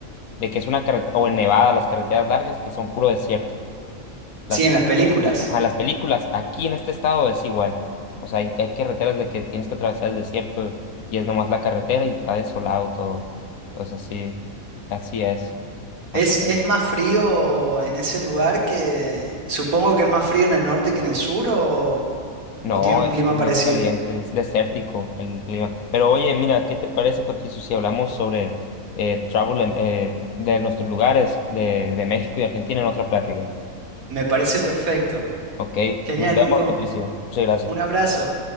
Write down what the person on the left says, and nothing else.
de que es una carretera, o en Nevada, las carreteras largas que son puro desierto. Las,
a las películas, aquí en este estado es igual. O sea, hay, hay carreteras de que tienes que atravesar el desierto y es nomás la carretera y está desolado todo. Entonces así, así es, más
o menos.
No,
es,
es
más caliente, es desértico el clima. Pero oye, mira, ¿qué te parece, Patricio, si hablamos sobre eh, travel en- eh, de nuestros lugares de, de México y Argentina en otra plática?
Ok,
nos vemos,
Patricio. Muchas gracias.